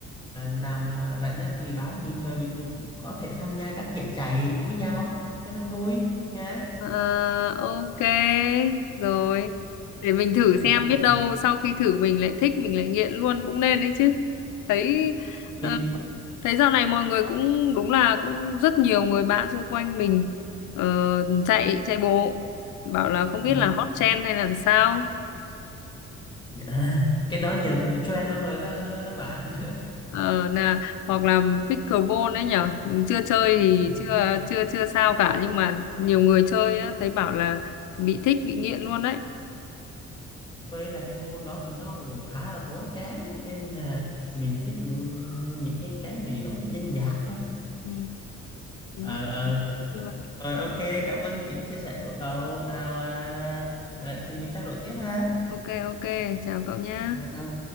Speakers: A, on the left (about 15°); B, on the left (about 80°).
A: nào mà rảnh á, thì báo mình rồi mình cũng có thể tham gia các giải chạy với nhau cho nó vui nhé.
B: Ờ, ok rồi để mình thử
A: <laughs>
B: xem biết đâu sau khi thử mình lại thích mình lại nghiện luôn cũng nên đấy chứ thấy
A: Mình
B: ờ, thấy dạo này mọi người cũng đúng là cũng rất nhiều người bạn xung quanh mình ờ, chạy chạy bộ bảo là không
A: ừ,
B: biết là hot trend hay là sao
A: dạ. cái đó giờ cũng trend luôn rồi đó đó, đó bạn.
B: Ờ, là hoặc là pickleball đấy nhở chưa chơi thì
A: <laughs>
B: chưa chưa chưa sao cả nhưng mà nhiều người chơi á, thấy bảo là bị thích bị nghiện luôn đấy
A: Với là cái môn đó thì nó cũng khá là tốn kém nên là mình thích ừ, những cái cái gì đó nó dân dã thôi.
B: Ừ, đúng
A: Ờ
B: rồi.
A: ờ.
B: Như vậy.
A: Rồi ok, cảm ơn chị chia sẻ của cậu. Nào à, lần thì mình trao đổi tiếp ha.
B: Ok ok, chào cậu nhá.
A: Ờ, Ok,